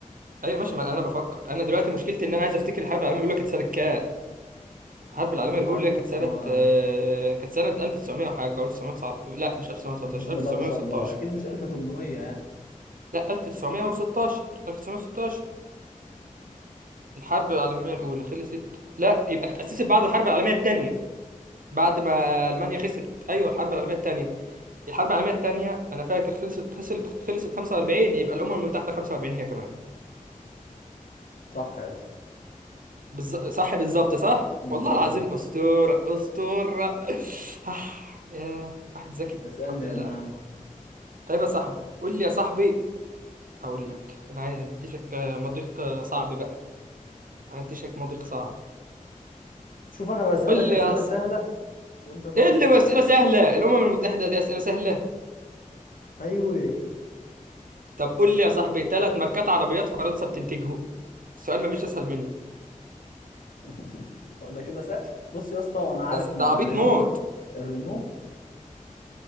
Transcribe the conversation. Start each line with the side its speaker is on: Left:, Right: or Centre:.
Right: ايوه ماشي ما انا بفكر انا دلوقتي مشكلتي ان انا عايز افتكر الحرب العالميه الاولى كانت سنه كام الحرب العالميه
Left: والله
Right: الاولى
Left: انا نفسي
Right: كانت سنه
Left: ما
Right: آه،
Left: مش فاكر
Right: كانت سنه 1900 وحاجه 1900 لا مش 1919
Left: بسم
Right: 1916
Left: الله ما شاء الله اكيد مش 1800 يعني
Right: لا 1916 1916 الحرب العالميه الاولى خلصت لا يبقى اتاسست بعد الحرب العالميه الثانيه بعد ما المانيا خسرت ايوه الحرب العالميه الثانيه الحرب العالميه الثانيه انا فاكر خلصت خسرت خلصت 45 يبقى الامم المتحده 45 هي كمان
Left: صح يا اسطى
Right: بالز... صح بالظبط صح
Left: بالظبط
Right: والله العظيم
Left: اه
Right: أسطورة أسطورة <sighs> آه، يا واحد ذكي
Left: اسالني
Right: الحمد
Left: يا
Right: لله
Left: ابن عم
Right: طيب يا صاحبي قول لي يا صاحبي أقول لك أنا هديشك آه، مضيق آه، صعب بقى هديشك مضيق صعب
Left: شوف انا بسالك
Right: قول
Left: اسئله
Right: لي يا ص...
Left: سهله وانت تقعد
Right: إيه اللي
Left: ت-
Right: أسئلة سهلة الأمم المتحدة دي أسئلة سهلة
Left: ايوه
Right: طب قول لي يا
Left: اوه
Right: صاحبي ثلاث ماركات عربيات فرنسا بتنتجهم السؤال مفيش أسهل منه
Left: <laughs> هو ده كده سهل بص يا اسطى وانا عارف
Right: ده
Left: نوع
Right: ده عبيط
Left: الرينو
Right: موت
Left: الرينو